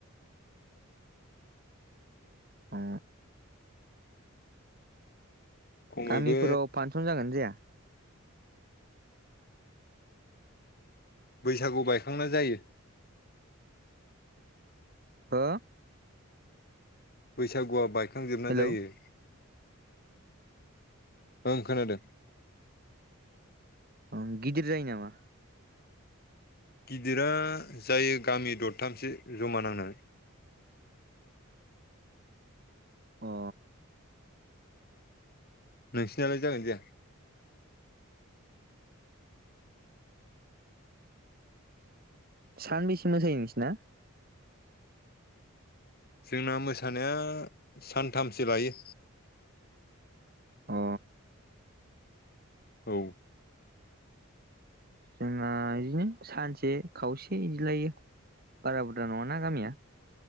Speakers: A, on the right; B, on the left.
A: <inaudible> अ
B: खमैबो
A: गामिफोराव फानसन जागोना जाया
B: बैसागु बायखांना जायो
A: हो
B: बैसागुआ बायखांजोबना
A: हेलौ
B: जायो ओं खोनादों
A: ओं गिदिर जायो नामा
B: गिदिरा जायो गामि दरथामसो जमा नांनानै
A: अ
B: नोंसिनालाय जागोना जाया
A: सान बेसे मोसायो नोंसिना
B: जोंना मोसानाया सानथामसो लायो
A: अ
B: औ
A: जोंना इदिनो सानसे खावसे इदिलायो बारा बुरजा नङाना गामिया